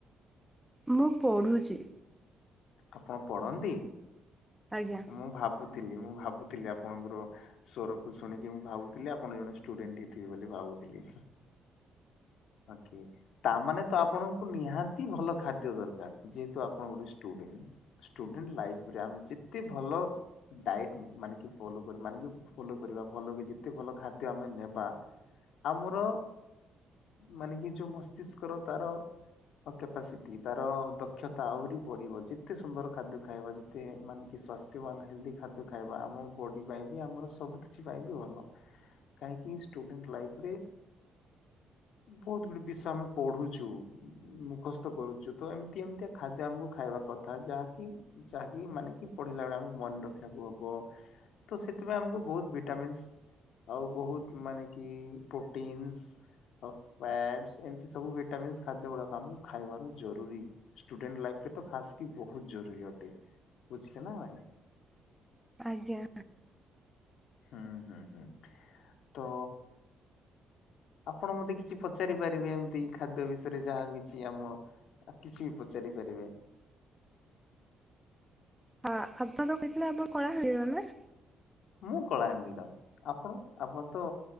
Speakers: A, in the centre; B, on the left.
A: ମୁଁ ପଢ଼ୁଛି
B: ଆପଣ ପଢନ୍ତି
A: ଆଜ୍ଞା
B: ମୁଁ ଭାବୁ ଥିଲି ମୁଁ ଭାବୁଥିଲି ଆପଣଙ୍କର ସଵରକୁ ଶୁଣିକି ମୁଁ ଭାବୁଥିଲି ଆପଣ ଜଣେ ଷ୍ଟୁଡେଣ୍ଟ ହେଇଥିବେ ବୋଲି ଭାବୁ ବି ଓକ ତାମାନେେ ତ ଆପଣଙ୍କୁ ନିହାତି ଭଲ ଖାଦ୍ୟ ଦରକାର ଯେହେତୁ ଆପଣ ଗୋଟେ ଟେଣ୍ଟ ଲାଇରେ ଆମେ ଯେତେ ଭଲ ଡାଟ ମାନେ କି ଫଲୋ ମାନେ କି ଫଲୋ କରିବା ଭଲ କି ଯେତେ ଭଲ ଖାଦ୍ୟ ଆମେ ନେବା ଆମର ମାନେ କି ଯୋଉ ମସ୍ତିଷ୍କର ତାର କପାସିଟି ତାର ଦକ୍ଷତା ଆହୁରି ବଢ଼ିବ ଯେତେ ସୁନ୍ଦର ଖାଦ୍ୟ ଖାଇବା ଯେତେ ମାନେ କି ସ୍ୱାସ୍ଥ୍ୟବାନ ହେଲ୍ଦି ଖାଦ୍ୟ ଖାଇବା ଆମ ବଡ଼ି ପାଇଁ ଆମର ସବୁ କିଛି ପାଇଁ ବି ଭଲ କାହିଁକି ୁଡେଣ୍ଟ ଲାଇରେ ହୁଁ <inaudible> ବହୁତ ଗୁଡେ ବିଷୟ ଆମେ ପଢୁଛୁ ମୁଖସ୍ତ କରୁଛୁ ତ ଏମିତି ଏମିତିଆ ଖାଦ୍ୟ ଆମକୁ ଖାଇବା କଥା ଯାହାକି ଯାହାକି ମାନେ କି ପଢ଼ିଲା ବେଳେ ଆମକୁ ମନେ ରଖିବାକୁ ହେବ ତ ସେଥିପାଇଁ ଆମକୁ ବହୁତ ଭିଟାମିନ୍ସ ଆଉ ବହୁତ ମାନେ କି ପ୍ରୋଟିନ୍ସ ଏମତି ସବୁ ଭିଟାମିନ୍ ଖାଦ୍ୟ ଗୁଡା ଆମକୁ ଖାଇବାର ଜରୁରୀ ସ୍ଟୁଡେଣ୍ଟସ ଲାଇଫ କେତେ ଖାସ୍ କି ବହୁତ ଜରୁରୀ ଅଟେ ବୁଝିଲେ ନା ନାଇଁ
A: ଆଜ୍ଞା
B: ହୁଁ ହୁଁ ହୁଁ ତ ଆପଣ ମତେ କିଛି ପଚାରି ପାରିବେ ଏମିତି ଖାଦ୍ୟ ବିଷୟରେ ଯାହା ବିକିଛି ଆମ କିଛି ବି ପଚାର କରିପାରିବେ
A: ହଁ ଆପଣ କହିଥିଲେ ଆମ କଳାହାଣ୍ଡିର ନା
B: ମୁଁ କଳାହାଣ୍ଡିର ଆପଣ ଆପଣ ତ